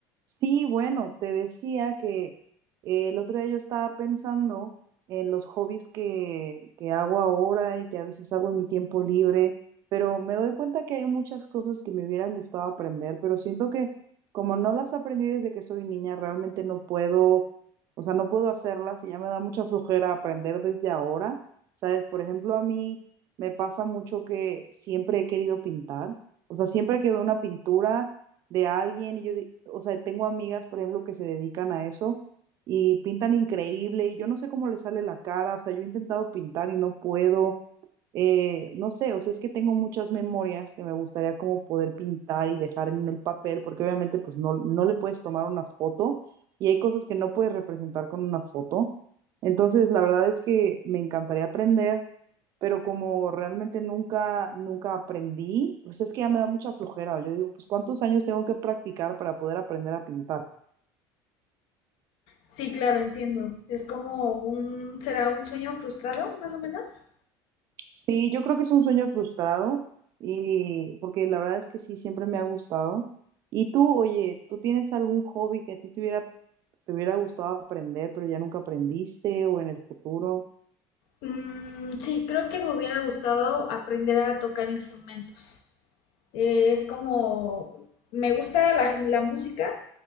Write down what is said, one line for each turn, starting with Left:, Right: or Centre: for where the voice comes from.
Right: Sí, bueno, te decía que eh, el otro día yo estaba pensando en los hobbies que, que hago ahora y que a veces hago en mi tiempo libre, pero me doy cuenta que hay muchas cosas que me hubieran gustado aprender, pero siento que como no las aprendí desde que soy niña, realmente no puedo, o sea, no puedo hacerlas y ya me da mucha flojera aprender desde ahora. ¿Sabes? Por ejemplo, a mí me pasa mucho que siempre he querido pintar, o sea, siempre que veo una pintura de alguien y yo, di- o sea, tengo amigas, por ejemplo, que se dedican a eso y pintan increíble y yo no sé cómo les sale la cara, o sea, yo he intentado pintar y no puedo, eh, no sé, o sea, es que tengo muchas memorias que me gustaría como poder pintar y dejar en el papel, porque obviamente pues no, no le puedes tomar una foto y hay cosas que no puedes representar con una foto. Entonces, la verdad es que me encantaría aprender pero como realmente nunca, nunca aprendí, pues es que ya me da mucha flojera. Yo digo, pues ¿cuántos años tengo que practicar para poder aprender a pintar?
Left: Sí, claro, entiendo. Es como un, ¿será un sueño frustrado, más o menos?
Right: Sí, yo creo que es un sueño frustrado y porque la verdad es que sí, siempre me ha gustado. Y tú, oye, ¿tú tienes algún hobby que a ti te hubiera, te hubiera gustado aprender, pero ya nunca aprendiste o en el futuro?
Left: Mm, sí, creo que me hubiera gustado aprender a tocar instrumentos. Eh, es como, me gusta la, la música